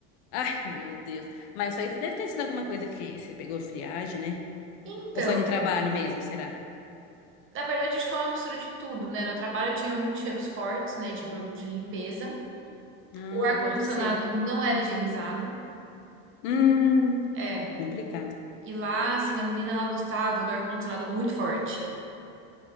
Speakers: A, on the left; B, on the right.
A: Ai, meu Deus. Mas isso aí deve ter sido alguma coisa que você pegou friagem, né?
B: Então,
A: Ou foi no trabalho mesmo, será?
B: na verdade, acho que foi uma mistura de tudo, né? No trabalho eu tinha muitos cheiros fortes, né, de produto de limpeza.
A: Ah,
B: O ar-condicionado
A: pode ser.
B: não era higienizado.
A: Hum,
B: É,
A: complicado.
B: e lá, assim, a menina, ela gostava do ar-condicionado muito forte.